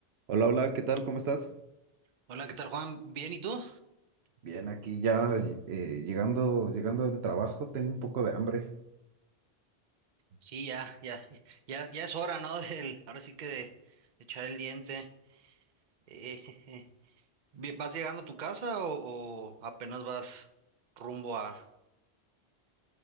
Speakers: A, on the right; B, on the right.
A: Hola, hola, ¿qué tal? ¿Cómo estás?
B: Hola, ¿qué tal, Juan? ¿Bien y tú?
A: Bien, aquí ya eh, llegando, llegando del trabajo, tengo un poco de hambre.
B: Sí, ya, ya, ya, ya es hora, ¿no? <laughs> Del, ahora sí que de, de echar el diente. Eh, jeje. Vi- ¿Vas llegando a tu casa o, o apenas vas rumbo a